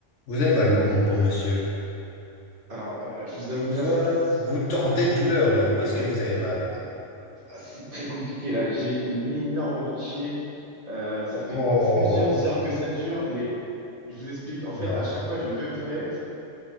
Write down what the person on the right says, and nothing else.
Alors, euh, je vous
avoue que
là, c'est
ouais,
là, c'est très compliqué. Là, j'ai une énorme envie de chier. Euh, ça fait
plusieurs heures que ça dure, mais je vous explique. En fait,
à chaque fois, je vais aux toilettes,